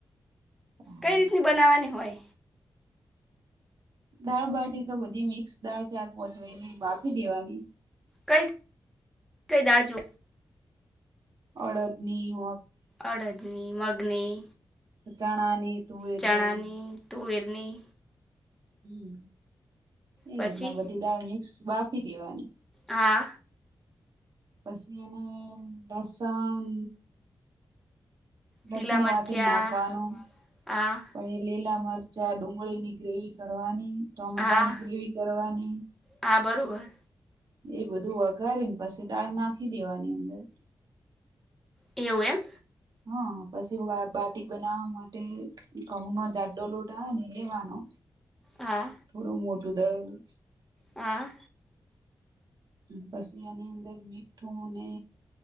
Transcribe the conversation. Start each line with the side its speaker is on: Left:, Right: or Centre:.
Right: સારું
Centre: કઈ રીતની
Right: સારું
Centre: બનાવાની હોય?
Right: દાળબાટી તો બધી મિક્સ દાળ ચાર પહોચ વેરી બાફી દેવાની.
Centre: કઈ કઈ દા જુ.
Right: અડદની મ
Centre: અડદની મગની.
Right: ચણાની. તુવેરની
Centre: ચણાની તુવેરની.
Right: હમ્મ એ
Centre: પછી
Right: રીતના બધી દાળ મિક્સ બાફી દેવાની.
Centre: હા
Right: પછી એને લસણ. લસણ
Centre: લીલા મરચાં
Right: વાટી નાખવાનુ
Centre: હા
Right: પહી લીલા મરચા ડુંગળીની ગ્રેવી કરવાની ટોમેટાની
Centre: હા
Right: ગ્રેવી કરવાની.
Centre: હા બરોબર.
Right: એ બધું વઘારીન પસી દાળ નાખી દેવાની અંદર.
Centre: એવુ એમ.
Right: હા પછી બાટી બનાવવા માટે ઘઉ ન જાડો લોટ આવે ને લેવાનો.
Centre: હા
Right: થોડું મોટું દળેલું.
Centre: હા.
Right: પછી એની અંદર મીઠું ને